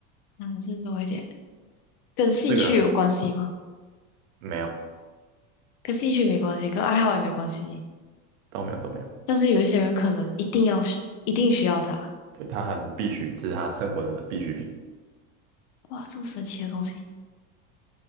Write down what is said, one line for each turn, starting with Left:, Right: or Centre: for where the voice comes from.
Left: 男生多一点，跟兴趣有关系吗？
Right: 这个没有，
Left: 跟兴趣没关系，跟爱好也没关系。
Right: 都没有，都没有。
Left: 但是有一些人可能一定要需一定需要它。
Right: 对，它很必须，这是他生活的必需品，
Left: 哇，这么神奇的东西！